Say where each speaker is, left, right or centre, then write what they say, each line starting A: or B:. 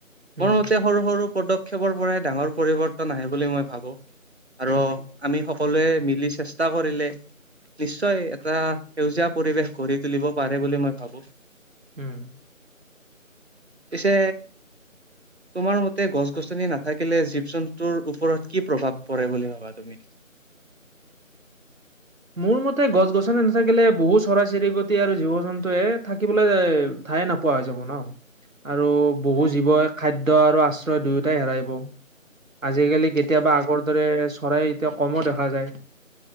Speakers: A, on the right (about 70°); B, on the right (about 50°).
A: উম,
B: মোৰ মতে সৰু সৰু পক্ষপৰ পৰাই ডাঙৰ পৰিৱৰ্তন আহ বুলি মই ভাবো আৰু
A: উম,
B: আমি সকলোৱে মিলি চেষ্টা কৰিলে নিশ্চয় এটা সেউজীয়া পৰিৱেশ গঢ়ি তুলিব পাৰে বুলি মই ভাবো।
A: উম
B: পিছে তোমাৰ মতে গছ গছনি নাথাকিলে জীৱ জন্তুৰ ওপৰত কি প্ৰভাৱ পৰে বুলি ভাবা তুমি?
A: মোৰ মতে গছ গছনি নাথাকিলে বহু চৰাই চিৰিকতি গছ আৰু জীৱ জন্তুৱে থাকিবলৈ ঠায়ে নোপোৱা হৈ যাব ন আৰু বহু
B: অ',
A: জীৱই খাদ্য আৰু আশ্ৰয় দুয়োটাই হেৰাইব। আজিকালি কেতিয়াবা
B: অ',
A: আগৰ দৰে চৰাই এতিয়া কমো দেখা যায়।